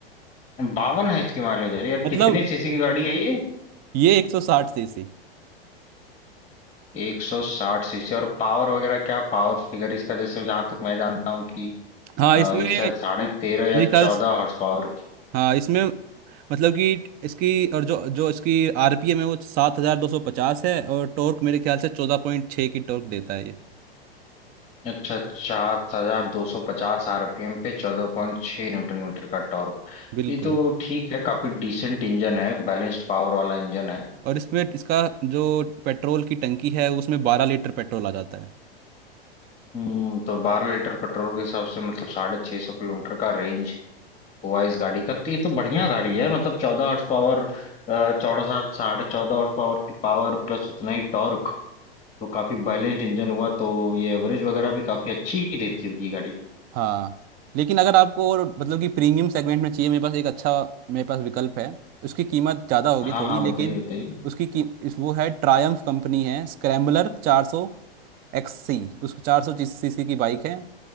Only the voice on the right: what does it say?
मतलब
ये एक सौ साठ सीसी
हाँ
इसमें
मेरे
ख्याल
हाँ इसमें मतलब कि इसकी और जो जो इसकी आरपीएम है वो सात हजार दो सौ पचास है और टॉर्क मेरे ख्याल से चौदह पॉइंट छः की टॉर्क देता है ये
बिल्कुल
और इसमें इसका जो पेट्रोल की टंकी है उसमें बारह लीटर पेट्रोल आ जाता है
हाँ लेकिन अगर आपको और मतलब कि प्रीमियम सेगमेंट में चाहिए मेरे पास एक अच्छा मेरे पास विकल्प है उसकी कीमत ज़्यादा होगी
थोड़ी
लेकिन
उसकी की इस वो है ट्रायम्फ कंपनी है स्क्रैम्बलर चार सौ एक्स सी उसको चार सौ सी सी की बाइक है